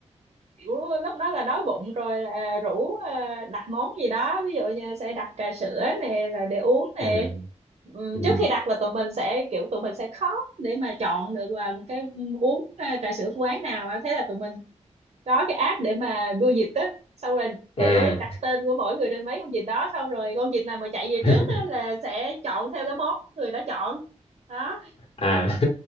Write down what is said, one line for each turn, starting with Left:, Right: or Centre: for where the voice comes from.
Right: kiểu lúc đó là đói bụng rồi là rủ ờ, đặt món gì đó ví dụ như sẽ đặt trà sữa nè là để uống nè
Left: ừ.
Right: Ừm,
Left: Ừ.
Right: trước khi đặt là tụi mình sẽ kiểu tụi mình sẽ khóc để mà chọn được là một cái ừm, uống ờ, trà sữa của quán nào á. thế là tụi mình có cái app để mà đua vịt á xong rồi để
Left: à
Right: đặt tên của mỗi người trên mấy con vịt đó xong rồi con vịt nào mà chạy về
Left: <laughs>
Right: trước á là sẽ chọn theo cái món người đó chọn đó
Left: à